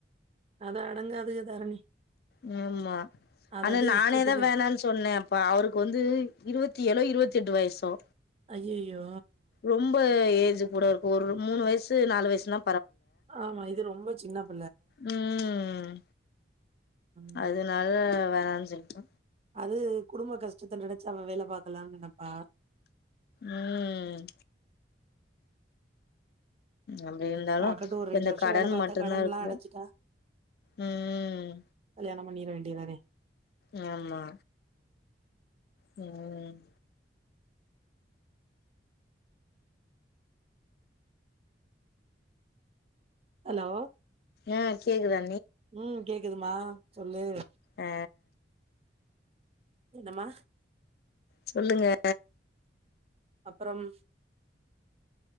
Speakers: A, on the right; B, on the left.
A: அது அடங்காதுங் தாரணி
B: ஹம்மா
A: அது
B: அனா
A: அது
B: நானேதா
A: இஷ்டத்துக்கு.
B: வேணான்னு சொன்னே அப்ப அவருக்கு வந்து இருவத்தி ஏழோ இருவத்தி எட்டு வயசோ
A: ஐயையோ
B: ரொம்ப ஏ கூட இருக்கு ஒரு மூணு வயசு நாலு வயசுனா
A: ஆமா இது ரொம்ப ன்னாப்
B: உஹம்
A: ம்.
B: அதனால வேணா சொல்ட்டோ
A: அது குடும்ப கஷ்டத்த நெனச்சு அவ வேல பாக்கலா நினைப்பா
B: அஹ் அப்டி இருந்தாலு
A: பாக்கட்டும் ஒரு
B: இந்த
A: வருஷம்
B: கடன்
A: வேல பாத்தா
B: மட்டு
A: கடன்லாம்
B: தான் இருக்குது
A: அடச்சுட்டா,
B: உம்
A: கல்யாணம் பண்ணிற வேண்டியதானே
B: யாமா ஹும்
A: ஹலோ
B: எ கேக்குதா
A: உம் கேக்குதுமா சொல்லு
B: ஆ
A: என்னம்மா
B: சொல்லுங்க
A: அப்புறோம்